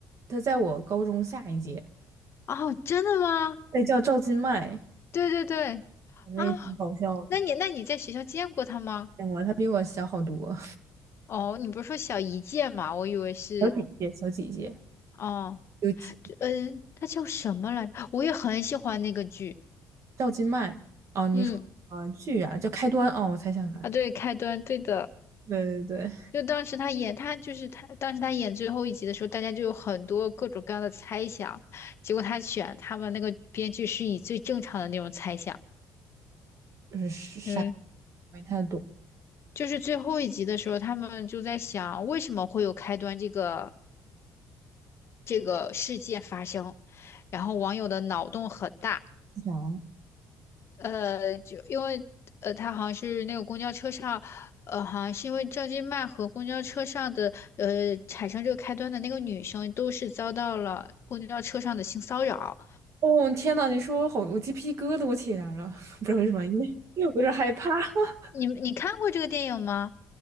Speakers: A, on the right (about 50°); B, on the left (about 45°).
A: 她在我高中下一届，
B: 哦，真的吗？
A: 那叫赵今麦，
B: 对对对，
A: 反正也挺搞笑的，
B: 啊，那你那你在学校见过他吗？
A: 见过，她比我小好多，
B: 哦，你不是说小一届吗？我以为是，
A: 小姐姐，小姐姐，几届。
B: 哦，
A: 有几
B: 这嗯，他叫什么来着？我也很喜欢那个剧。
A: 赵今麦哦，你说呃剧啊叫开端哦，
B: 嗯，
A: 我才想起来，
B: 啊，对，开端，对的。
A: 对对对，
B: 就当时他演，他就是他，当时他演最后一集的时候，大家就有很多各种各样的猜想，结果他选他们那个编剧是以最正常的那种猜想，
A: 就是啥也
B: 嗯，
A: 没太懂。
B: 就是最后一集的时候，他们就在想为什么会有开端这个这个事件发生，然后网友的脑洞很大，
A: 想
B: 呃，就因为呃，他好像是那个公交车上，呃，好像是因为赵今麦和公交车上的呃产生这个开端的那个女生，都是遭到了公交车上的性骚扰。
A: 哦天呐，你说我好，我鸡皮疙瘩我起来了，<laughs> 不知道为什么，因为因为我有点害怕。<laughs>
B: 你你看过这个电影吗？